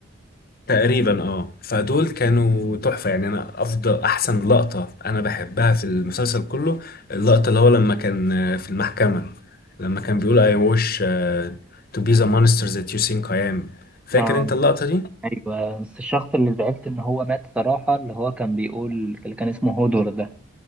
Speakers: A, on the left (about 45°); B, in the centre.
A: تقريبا اه فدول كانوا تحفة يعني انا افضل احسن لقطة انا بحبها في المسلسل كله اللقطة اللي هو لما كان آه، في المحكمة لما كان بيقول I wish uh, to be the monster that you think I am فاكر
B: اه
A: انت اللقطة دي
B: أيوة بس الشخص اللي زعلت إن هو مات صراحة اللي هو كان بيقول اللي كان اسمه هودور ده